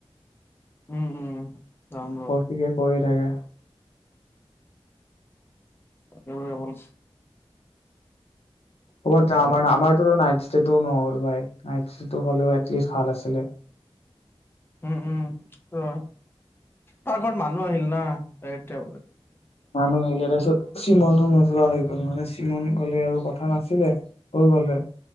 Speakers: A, on the left; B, on the left.
A: উম উম যাম ৰ
B: কৌশিকে কৈ থাকে
A: তাকে বোলে বল
B: কৰবাত যাম
A: ন
B: হা আমাৰ টো নাইট শ্বিফ্ট নহ'ল ভাই নাইটচিফট হলেও এটলিষ্ট ভাল আছিলে।
A: উম উম অ পাৰ ঘৰত মানুহ আহিল না এতিয়া?
B: নানু হলেৰেছ চিমনো নোযোৱা হৈ গল মানে চিমন গলে আৰু কথা নাছিলে হৈ গলে